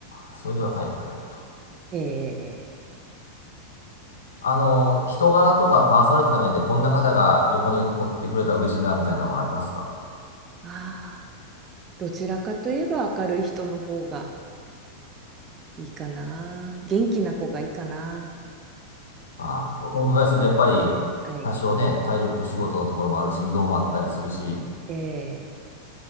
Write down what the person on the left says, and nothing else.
あ、それで若い方がいると。
あの、人柄とかパーソナリティの面で、こんな方が横におってくれたら嬉しいな、みたいなのはありますか
まあ、おお伺いすると、やっぱり、
多少ね、体力仕事のところもあるし、移動もあったりするし、